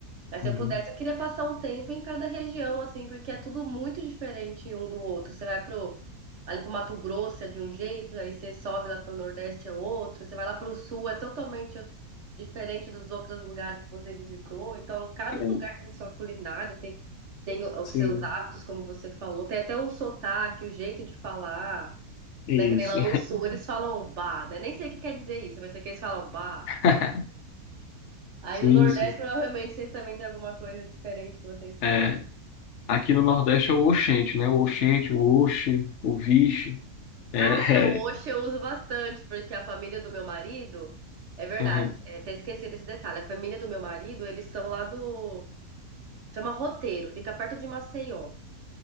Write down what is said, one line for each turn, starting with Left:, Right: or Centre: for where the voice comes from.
Right: Mas se
Left: Uhum.
Right: eu pudesse, eu queria passar um tempo em cada região, assim, porque é tudo muito diferente um do outro. Você vai pro, ali pro Mato Grosso é de um jeito, aí você sobe lá pro Nordeste é outro, você vai lá pro Sul é totalmente o- diferente dos outros lugares que você visitou. Então, cada
Left: É,
Right: lugar tem sua culinária, tem, tem o- os
Left: sim,
Right: seus hábitos, como você falou, tem até o sotaque, o jeito de falar,
Left: isso.
Right: né? Que nem lá no Sul eles falam bah, né? Nem sei o que quer dizer isso, mas sei que eles falam bah.
Left: <laughs>
Right: Aí
Left: Sim,
Right: no Nordeste,
Left: sim.
Right: provavelmente, vocês também têm alguma coisa diferente que vocês
Left: É,
Right: falam.
Left: aqui no Nordeste é o oxente, né? O oxente, o oxe, o vixe. É,
Right: Ah, é, o
Left: é.
Right: Oxe eu uso bastante, porque a família do meu marido, é verdade,
Left: Aham,
Right: é, até esqueci desse detalhe, a família do meu marido, eles são lá do, chama Roteiro, fica perto de Maceió.